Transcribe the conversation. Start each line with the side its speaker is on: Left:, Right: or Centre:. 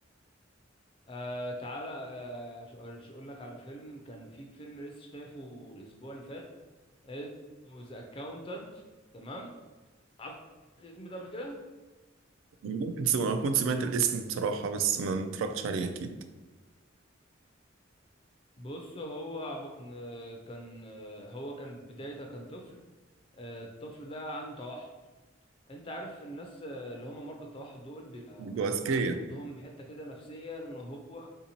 Left: آه تعالى آه أش- أش- اقول لك على فيلم كان في فيلم لسه شايفه الاسبوع اللي فات اسمه ذا اكاونتنت تمام عارف الاسم ده قبل كده
Right: ممكن سم- أكون سمعت الاسم بصراحة بس ما اتفرجتش عليه أكيد
Left: بص هو عب- آه، كان آه، هو كان بدايته كان طفل آه، الطفل ده عنده توحد انت عارف الناس آه، اللي هم مرضى التوحد دول بيبقى
Right: أذكية
Left: عندهم حتة كده نفسية ان هو